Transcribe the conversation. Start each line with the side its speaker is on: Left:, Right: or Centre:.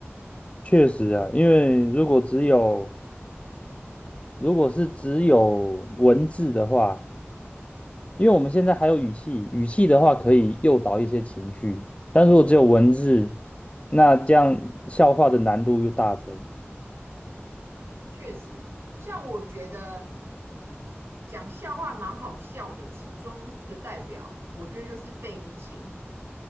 Left: 确实啊，因为如果只有如果是只有文字的话，因为我们现在还有语气，语气的话可以诱导一些情绪，但如果只有文字，那这样笑话的难度又大增。
Right: 确实，像我觉得讲笑话蛮好笑的，其中一个代表，我觉得就是费玉清。